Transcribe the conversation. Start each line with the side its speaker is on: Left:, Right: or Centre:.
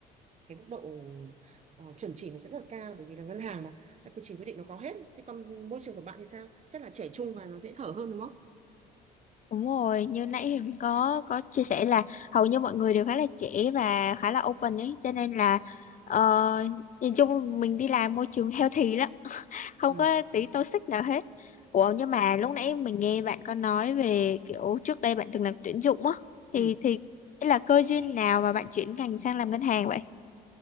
Right: cái mức độ ờ, chuẩn chỉ nó sẽ rất là cao bởi vì là ngân hàng mà các quy trình quy định nó có hết thế còn môi trường của bạn thì sao chắc là trẻ trung và nó dễ thở hơn đúng không
Left: Đúng rồi, như nãy thì mình có có chia sẻ là hầu như mọi người đều khá là trẻ và khá là open ấy, cho nên là ờ, nhìn chung mình đi làm môi trường healthy lắm. không
Right: ừ
Left: có tí toxic nào hết ủa nhưng mà lúc nãy mình nghe bạn có nói về kiểu trước đây bạn từng làm tuyển dụng á thì
Right: ừ
Left: thì là cơ duyên nào mà bạn chuyển ngành sang làm ngân hàng vậy